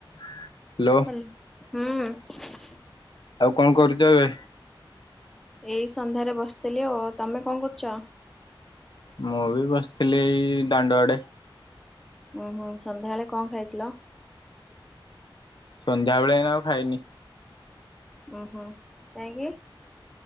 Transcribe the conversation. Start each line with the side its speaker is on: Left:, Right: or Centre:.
Left: Hello
Centre: hello ହୁଁ।
Left: ଆଉ କଣ କରୁଛ ଏବେ?
Centre: ଏଇ ସନ୍ଧ୍ୟାରେ ବସିଥିଲି ଆଉ ତମେ କଣ କରୁଛ?
Left: ମୁଁ ବି ବସିଥିଲି ଏଇ ଦାଣ୍ଡ ଆଡେ।
Centre: ଉୁଁ ହୁଁ ସନ୍ଧ୍ୟାବେଳେ କଣ ଖାଇଥିଲ?
Left: ସନ୍ଧ୍ୟାବେଳେ ଏଇନା ଆଉ ଖାଇନି।
Centre: ଓ ହୋଁ କାହିଁକି?